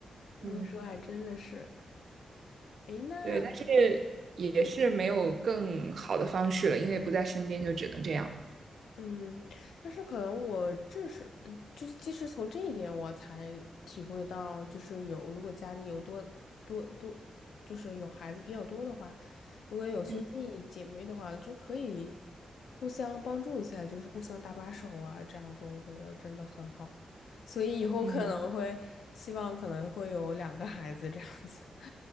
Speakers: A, on the left; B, on the right.
A: 你这么说还真的是。
B: 嗯，
A: 诶，那。
B: 对，但是也是没有更好的方式了，因为不在身边，就只能这样。
A: 嗯，但是可能我这是，嗯就是即使从这一点，我才体会到，就是有如果家里有多多多，就是有孩子比较多的话，如果有兄弟姐妹的话，
B: 嗯
A: 就可以互相帮助一下，就是互相搭把手啊，这样子我觉得真的很好。所以以后可能会希望可能会有两个孩子这样子，
B: 嗯，
A: <laughs>